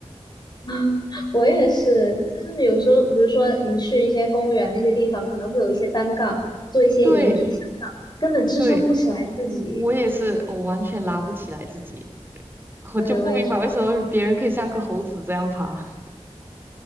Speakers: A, on the left (about 40°); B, on the right (about 20°).
A: <laughs> 我也是，就是有时候，比如说你去一些公园那些地方，可能会有一些单杠，做一些引体向上，
B: 对
A: 根本支撑不起来自己。
B: 对，我也是，我完全拉不起来自己，我就不明白为什么别人可以像个猴子这样爬。
A: 对，我也是。